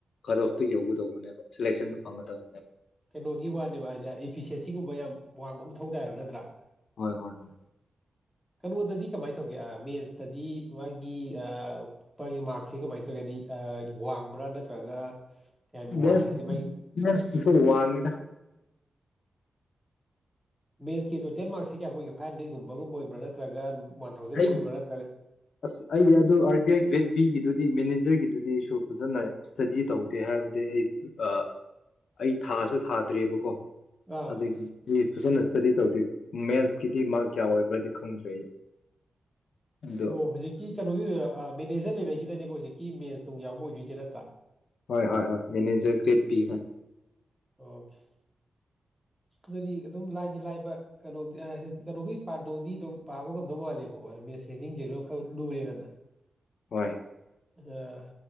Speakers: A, on the left; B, in the centre.
A: ꯀꯠ ꯑꯣꯐꯇꯣ ꯌꯧꯒꯗꯧꯕꯅꯦꯕ ꯁꯤꯂꯦꯛꯁꯟꯗꯨ ꯐꯪꯒꯗꯧꯕꯅꯦꯕ
B: ꯀꯩꯅꯣꯒꯤ ꯋꯥꯅꯦꯕ ꯍꯥꯏꯗꯤ ꯏꯐꯤꯁꯦꯟꯁꯤꯒꯨꯝꯕ ꯌꯥꯝ ꯋꯥꯡꯕꯜ ꯃꯊꯧ ꯇꯥꯏꯌꯦꯕ ꯅꯠꯇ꯭ꯔꯥ
A: ꯍꯣꯏ ꯍꯣꯏ ꯍꯣꯏ
B: ꯀꯩꯅꯣꯗꯗꯤ ꯀꯃꯥꯏꯅ ꯇꯧꯒꯦ ꯃꯦꯟꯁꯇꯗꯤ ꯃꯥꯒꯤ ꯑ ꯃꯥꯒꯤ ꯃꯥꯔꯛꯁꯦ ꯀꯃꯥꯏꯅ ꯇꯧꯒꯦ ꯍꯥꯏꯗꯤ ꯋꯥꯡꯕ꯭ꯔꯥ ꯅꯠꯇ꯭ꯔꯒ ꯀꯌꯥꯝ
A: ꯑꯟꯏꯟꯇꯦꯜꯂꯤꯖꯦꯕꯜ
B: ꯋꯥꯡꯉꯦ ꯍꯥꯏꯗꯤ ꯃꯥꯒꯤ
A: ꯋꯥꯡ ꯉꯤꯗ
B: ꯃꯦꯟꯁꯀꯤ ꯇꯣꯇꯦꯜ ꯃꯥꯔꯛꯁꯦ ꯀꯌꯥꯃꯨꯛꯒꯦ ꯐꯥꯏꯚꯟꯗꯦꯠꯒꯨꯝꯕꯒꯨꯝꯕ꯭ꯔꯥ ꯅꯠꯇ꯭ꯔꯒ ꯋꯥꯟ ꯊꯥꯎꯖꯟ
A: ꯑꯩ
B: ꯑꯣꯏꯕ꯭ꯔꯥ ꯅꯠꯇ꯭ꯔꯒ
A: ꯑꯁ ꯑꯩ ꯑꯗꯨ ꯑꯥꯔ ꯕꯤ ꯑꯥꯏ ꯒ꯭ꯔꯦꯠ ꯕꯤꯒꯤꯗꯨꯗꯤ ꯃꯦꯅꯤꯖ ꯐꯦꯆꯔꯒꯤꯗꯨꯗꯤ ꯑꯩꯁꯨ ꯐꯖꯅ ꯏꯁ꯭ꯇꯗꯤ ꯇꯧꯗꯦ ꯍꯥꯏꯕꯗꯤ ꯑꯩ ꯑ ꯑꯩ ꯊꯥꯁꯨ ꯊꯥꯗ꯭ꯔꯤꯌꯦꯕꯀꯣ
B: ꯑꯥ
A: ꯑꯗꯨꯒꯤ ꯐꯖꯅ ꯏꯁꯇꯗꯤ ꯇꯧꯗꯦ ꯃꯦꯟꯁꯀꯤꯗꯤ ꯃꯥꯔꯛ ꯀꯌꯥ ꯑꯣꯏꯕ꯭ꯔꯗꯤ ꯈꯪꯗ꯭ꯔꯦ ꯑꯗꯣ
B: ꯑꯣ ꯍꯧꯖꯤꯛꯀꯤ ꯀꯩꯅꯣꯒꯤ ꯑ ꯃꯦꯅꯦꯖꯔ ꯂꯦꯕꯦꯜꯒꯤꯗꯅꯦꯕ ꯍꯧꯖꯤꯛꯀꯤ ꯃꯦꯟꯁ ꯅꯨꯡ ꯌꯥꯎꯕ ꯑꯣꯏꯗꯣꯏꯁꯦ ꯅꯠꯇ꯭ꯔꯥ
A: ꯍꯣꯏ ꯍꯣꯏ ꯍꯣꯏ ꯃꯦꯅꯦꯖꯔ ꯒ꯭ꯔꯦꯠ ꯄꯤ ꯀꯣ
B: ꯑꯣꯈꯤ ꯑꯗꯨꯗꯤ ꯑꯗꯨꯝ ꯂꯥꯏꯗꯤ ꯂꯥꯏꯕ ꯀꯩꯅꯣꯝ ꯀꯩꯅꯣꯒꯤ ꯄꯥꯗꯧꯗꯤ ꯑꯗꯨꯝ ꯄꯥꯕ ꯉꯝꯗꯧ ꯃꯥꯜꯂꯦꯕꯀꯣ ꯍꯦꯗꯤꯡꯖꯤꯁꯨ ꯈꯔꯗꯤ ꯂꯨꯔꯦꯗꯅ
A: ꯍꯣꯏ
B: ꯑ